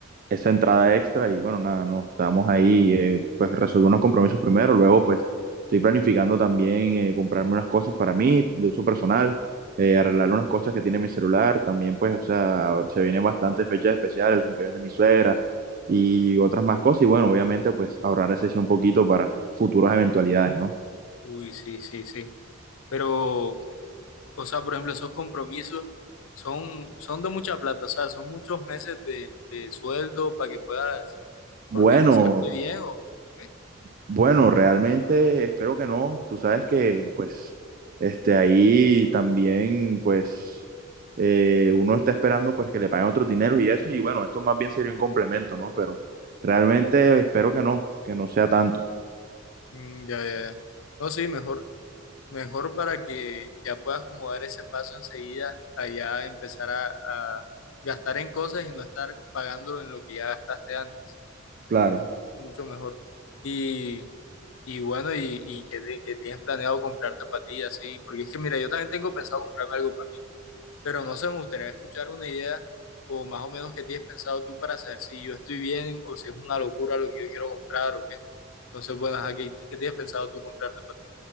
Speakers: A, on the right; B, on the left.
A: esa entrada extra y bueno, nada, no, estábamos ahí, eh, pues resolver unos compromisos primero, luego pues estoy planificando también eh, comprarme unas cosas para mí, de uso personal, eh, arreglar unas cosas que tiene mi celular, también pues, o sea, se vienen bastantes fechas especiales, el cumpleaños de mi suegra y otras más cosas y bueno, obviamente pues ahorrar ese sí un poquito para futuras eventualidades, ¿no?
B: Uy, sí, sí, sí. Pero O sea, por ejemplo, esos compromisos son, son de mucha plata, o sea, son muchos meses de, de sueldo para que puedas
A: Bueno,
B: organizarte bien o qué.
A: Bueno, realmente espero que no. Tú sabes que, pues, este, ahí también, pues, eh, uno está esperando, pues, que le paguen otros dineros y eso. Y bueno, esto más bien sería un complemento, ¿no? Pero realmente espero que no, que no sea tanto.
B: Mm, ya, ya, ya. No, sí, mejor, mejor para que ya puedas como dar ese paso enseguida allá empezar a, a gastar en cosas y no estar pagándolo en lo que ya gastaste antes.
A: Claro.
B: Es mucho mejor. Y, y bueno, y, y que, te- que tienes planeado comprarte para ti, así, porque es que mira, yo también tengo pensado comprarme algo para mí. Pero no sé, me gustaría escuchar una idea o más o menos qué tienes pensado tú para saber si yo estoy bien o si es una locura lo que yo quiero comprar o qué. Entonces, bueno, ajá, ¿qué, qué tienes pensado tú comprarte para ti?